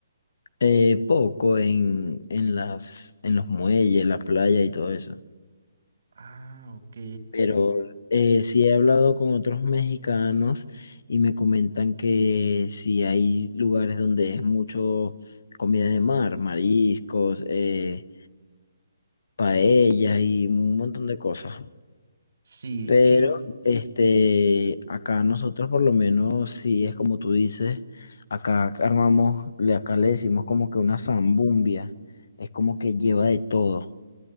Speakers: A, on the left (about 65°); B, on the right (about 65°).
A: Eh, poco en, en las, en los muelles, en la playa y todo eso.
B: Ah, ok.
A: Pero eh, sí he hablado con otros mexicanos y me comentan que sí hay lugares donde es mucho comida de mar, mariscos, eh, paellas y un montón de cosas.
B: Sí,
A: Pero
B: sí.
A: este, acá nosotros por lo menos, si es como tú dices, acá armamos, le- acá le decimos como que una zambumbia, es como que lleva de todo.